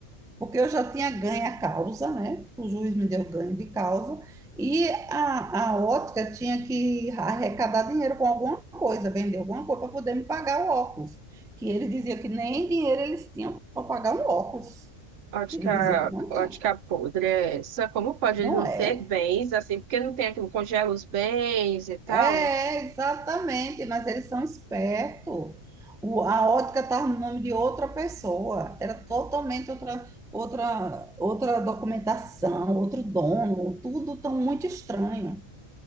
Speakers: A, in the centre; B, on the right.
A: Porque eu já tinha ganho a causa, né? O juiz me deu ganho de causa e a, a ótica tinha que arrecadar dinheiro com alguma coisa, vender alguma coisa para poder me pagar o óculos, que ele dizia que nem dinheiro eles tinham para pagar um óculos.
B: Ótica,
A: Ele dizia que não
B: ótica
A: tinha.
B: podre é essa. Como pode
A: Não
B: ele não
A: é?
B: ter bens, assim, porque não tem aquilo, congela os bens e tal.
A: É, exatamente, mas eles são espertos. O- a ótica estava no nome de outra pessoa, era totalmente outra, outra, outra documentação, outro dono, tudo tão muito estranho.